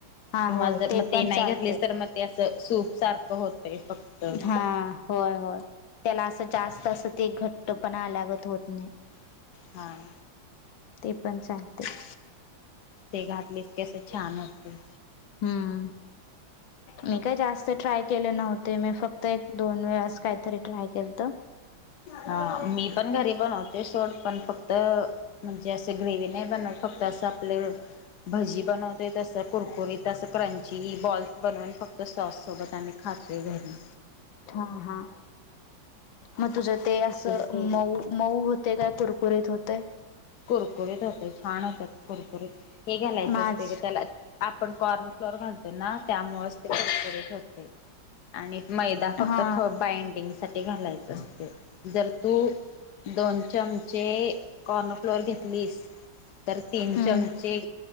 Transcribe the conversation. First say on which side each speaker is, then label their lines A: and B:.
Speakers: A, on the left (about 80°); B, on the left (about 60°).
A: हा
B: किंवा
A: होय
B: जर मग ते
A: पण
B: नाही
A: चालते
B: घातलेस तर मग ते अस सूप सारखं होतंय फक्त
A: हा होय होय. त्याला असं जास्त असं ते घट्ट पणा लागत होत नाही.
B: हां.
A: ते पण चालतंय.
B: ते घातलीस कस छान होतय.
A: हम्म मी काय जास्त ट्राय केले नव्हते मी फक्त एक दोन वेळास काहीतरी ट्राय केलत.
B: हा मी पण घरी बनवते सोड पण फक्त तर म्हणजे असं ग्रेवी नाही बनवत फक्त असं आपलं भजी बनवते तस कुरकुरीत तस क्रंची बॉल्स बनवून फक्त सॉस सोबत आम्ही खा तोय घरी.
A: हा हा मग तुझ ते अस मऊ मऊ होतय काय कुरकुरीत होतय.
B: कुरकुरीत होते छान होत्यात कुरकुरीत हे घालायचं
A: माझ
B: असते त्याला, आपण कॉर्न फ्लोअर घालतो ना त्यामुळेच ते डेकोरेट होते, आणि मैदा फक्त
A: हा
B: थो बाइंडिंगसाठी घालायच असते जर तू दोन चमचे कॉ फ्लोर घेतलीस तर तीन
A: हम्म
B: चमचे.